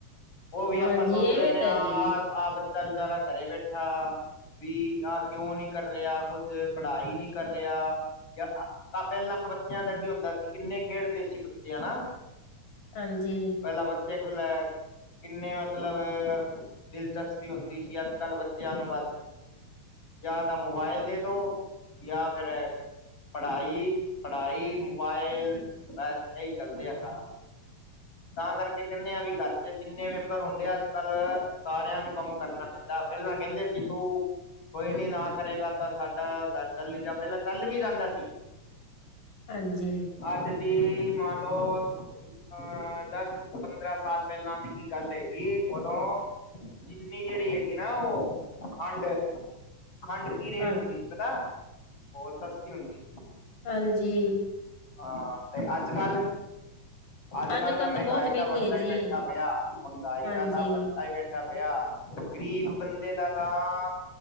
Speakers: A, on the left (about 45°); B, on the left (about 90°).
A: ਉਹ ਵੀ
B: ਹਾਂਜੀ,
A: ਆਪਾਂ ਸੋਚ ਲੈਂਨੇ
B: ਇਵੇਂ ਤਾਂ
A: ਆ
B: ਹੈ ਜੀ।
A: ਵਿਚਾਰਾ ਘਰੇ ਬੈਠਾ ਵੀ, ਆਹ ਕਿਉਂ ਨਹੀਂ ਕਰ ਰਿਹਾ, ਕੁੱਝ ਪੜ੍ਹਾਈ ਨਹੀਂ ਕਰ ਰਿਹਾ। ਪਹਿਲਾਂ ਬੱਚਿਆਂ ਦਾ ਕੀ ਹੁੰਦਾ ਸੀ, ਕਿੰਨੇ ਖੇਡਦੇ ਸੀ ਬੱਚੇ, ਹਨਾ।
B: ਹਾਂਜੀ,
A: ਪਹਿਲਾ ਬ ਦੇਖਲੈ, ਕਿੰਨੇ ਮਤਲਬ ਦਿਲਚਸਪੀ ਹੁੰਦੀ ਸੀ ਅੱਜ-ਕੱਲ ਚਿਆ ਨੂੰ, ਬਸ! ਯਾਂ, ਤਾ ਮੋਬਾਇਲ ਦੇ, ਦੋ, ਯਾ ਫਿਰ ਪੜ੍ਹਾਈ, ਪੜ੍ਹਾਈ, ਮੋਬਾਈਲ ਬਸ! ਇਹੀ ਚੱਲਦੇ ਸਾਰਾ
B: <inaudible>
A: ਤਾਂ, ਕਰਕੇ ਕਹਿੰਨੇ ਆ, ਵੀ ਘਰ'ਚ ਜਿੰਨੇ ਮੈਂਬਰ ਹੁੰਦੇ ਆ, ਅੱਜ-ਕੱਲ ਸਾਰਿਆਂ ਨੂੰ, ਕੰਮ ਕਰਨਾ ਪੈਂਦਾ। ਪਹਿਲਾਂ ਕਹਿੰਦੇ ਸੀ, ਤੂ ਕੋਈ ਨੀ, ਨਾ ਕਰੇਗਾ ਤਾ ਸਾਡਾ ਘਰ ਚੱਲ ਹੀ, ਜਾ- ਪਹਿਲਾਂ ਚੱਲ ਵੀ ਜਾਂਦਾ ਸੀ।
B: ਹਾਂਜੀ।
A: ਅੱਜ ਦੀ, ਮੰਨਲੋ ਅਹ, ਦਸ, ਪੰਦਰਾਂ ਸਾਲ ਪਹਿਲਾਂ ਦੀ ਕੀ, ਗੱਲ ਹੈਗੀ ਉਦੋਂ ਜਿੰਨੀ ਜਿਹੜੀ ਹੇਗੀ ਨਾ, ਉਹ ਖੰਡ। ਖੰਡ ਕੀ, ਰੇਟ
B: ਹਾਂ
A: ਹੁੰਦੀ ਸੀ। ਪਤਾ, ਹੋਰ ਸਸਤੀ ਹੁੰਦੀ
B: ਹਾਂਜੀ
A: ਹਾਂ ਤੇ ਅੱਜ ਕੱਲ ਅੱਜ
B: ਅੱਜ-ਕੱਲ੍ਹ
A: ਕੱਲ ਤਾਂ ਮਹਿੰਗਾਈ
B: ਬਹੁਤ ਮਹਿੰਗੀ
A: ਦਾ ਭੱਠਾ
B: ਹੈ
A: ਹੀ
B: ਜੀ।
A: ਬੈਠਾ ਪਿਆ ਮਹਿੰਗਾਈ
B: ਹਾਂਜੀ,
A: ਦਾ ਤਾਂ ਭੱਠਾ ਹੀ ਬੈਠਾ ਪਿਆ ਗਰੀਬ ਬੰਦੇ ਦਾ ਤਾਂ